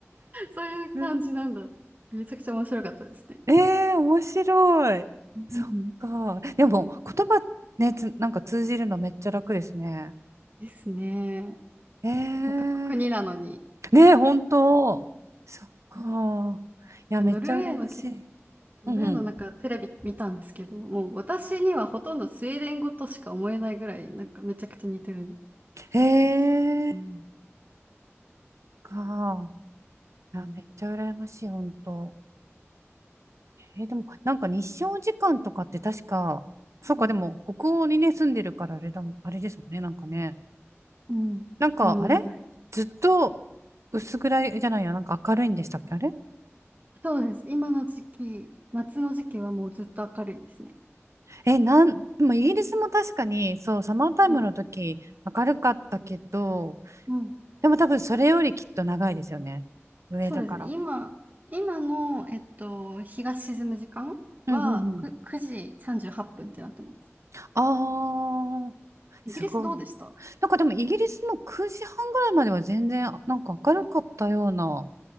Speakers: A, on the right; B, on the right.
A: そういう感じなんだ。
B: うん。
A: めちゃくちゃ面白かったですね。
B: えー面白い。
A: うん
B: そっか。でも、言葉ね、つ、なんか通じるのめっちゃ楽ですね。
A: ですね。
B: えー
A: 他の国なのに。
B: ねえ、本当。そっか。いや、
A: ノルウェーのけ、
B: めっちゃ羨ましい。
A: ノルウェーのなんかテレビ見たんですけど、
B: うんうん。
A: もう私にはほとんどスウェーデン語としか思えないぐらい、なんかめちゃくちゃ似てるん
B: へ
A: です。
B: え、
A: うん。
B: か。いや、
A: うん。
B: めっちゃ羨ましい、本当。えーでも、なんか日照時間とかって確か、そうか、
A: うん
B: でも、北欧にね、住んでるからあれだもん、あれですもんね、なんかね。
A: うん。
B: なんか、
A: もうなんから、
B: あれずっと薄暗いじゃないや、なんか明るいんでしたっけ、あれ
A: そうです。今の時期、夏の時期はもうずっと明るいですね。
B: え、なん、でもイギリスも確かに、そう、サマータイムの時、
A: うん。
B: 明るかったけど、
A: うん。
B: でも多分それよりきっと長いですよね。上だから。
A: そうですね。今、今の、えっと、日が沈む時間はく9時38分っぷんってなってます。
B: うんうんうん。ああ、
A: イギリスどうでした
B: すごい。なんかでもイギリスも9時半ぐらいまでは全然なんか明るかったような
A: うん